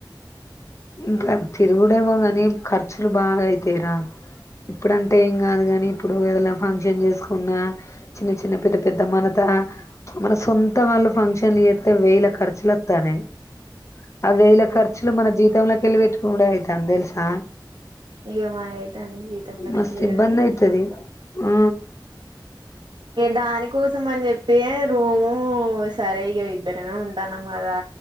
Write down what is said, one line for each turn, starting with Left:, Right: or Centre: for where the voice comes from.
Left: ఇంకా తిరుగుడేమో గని ఖర్చులు బాగా అయితాయిరా ఇప్పుడంటే ఏం కాదు గని ఇప్పుడు ఏదన్న ఫంక్షన్ చేస్ ఉన్న చిన్న చిన్న పెద్ద పెద్ద మనత మన సొంత వాళ్ళు ఫంక్షన్లు చేత్తె వేల ఖర్చులు వత్తానయ్ ఆ వేల ఖర్చులు మన జీ జేబులోకెళ్ళి పెట్టుకోనుడే అయితాంది తెలుసా
Right: ఈగ అయితే మాయి అన్ని జీవితంలోకెళ్లే
Left: మస్తు ఇబ్బంది
Right: కానీ
Left: అయితది ఆ
Right: దానికోసం అని చెప్పి దానికోసమని చెప్పే రోజు ఇక సరే అని ఇద్దరం ఉంటాను కదా